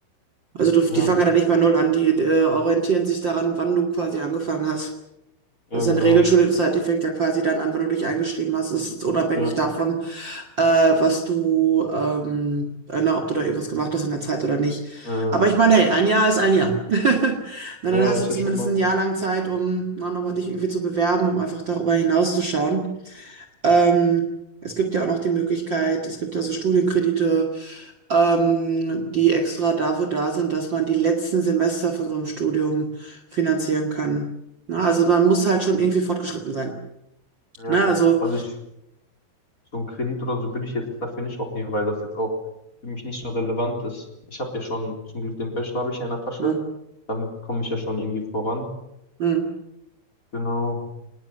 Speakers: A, on the right; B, on the left.
A: Also du, die
B: Ja,
A: fangen ja nicht bei null an, die äh, orientieren sich daran, wann du quasi angefangen hast.
B: ja
A: Also
B: genau.
A: eine Regelschule, die fängt ja quasi dann an, wann du dich eingeschrieben hast. Es ist unabhängig
B: Ja,
A: davon, äh, was du, ähm, äh, na, ob du da irgendwas gemacht hast in der Zeit oder nicht.
B: äh,
A: Aber ich meine, hey, ein Jahr ist ein Jahr. <laughs> Na,
B: ja,
A: dann hast
B: ist
A: du zumindest
B: ja schon mal.
A: ein Jahr lang Zeit, um na, nochmal dich irgendwie zu bewerben, um einfach darüber hinauszuschauen. Ähm, es gibt ja auch noch die Möglichkeit, es gibt ja so Studienkredite ähm, die extra dafür da sind, dass man die letzten Semester von so einem Studium finanzieren kann. Ne? Also man muss halt schon irgendwie fortgeschritten sein.
B: Ja,
A: Ne? Also,
B: also ich So einen Kredit oder so würde ich jetzt dafür nicht aufnehmen, weil das jetzt auch für mich nicht so relevant ist. Ich habe ja schon, zum Glück den Bachelor habe ich ja in der Tasche.
A: hm,
B: Damit komme ich ja schon irgendwie voran.
A: hm,
B: Genau.